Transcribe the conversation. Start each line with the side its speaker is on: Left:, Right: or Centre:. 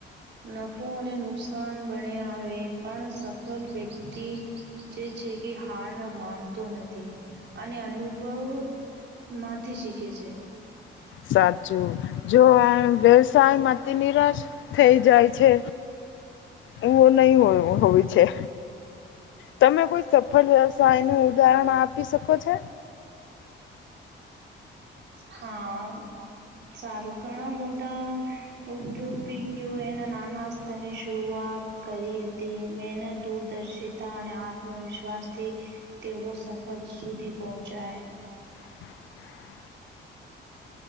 Right: ન નફો અને નુકસાન બને આવે પણ સફળ વ્યક્તિ જે છે કે હાર ન માનતો નથી અને અનુભવ- - માંથી શીખે છે.
Left: સાચું જો વ્યવસાયમાં તે નિરાશ થઈ જાય છે એવો નહી હોય છે. તમે કોઈ સફળ વ્યવસાય નું ઉદાહરણ આપી શકો છો?
Right: હા સારું ઘણા મોટા ઉદ્યોગિકઓ એના નાના સ્તરની શરઆત વાત કરી હતી મહેનત દૂરદર્શિતા અને આત્મવિશ્વાસથી તેઓ સફળ સુધી પહોંચાય.
Left: <inaudible>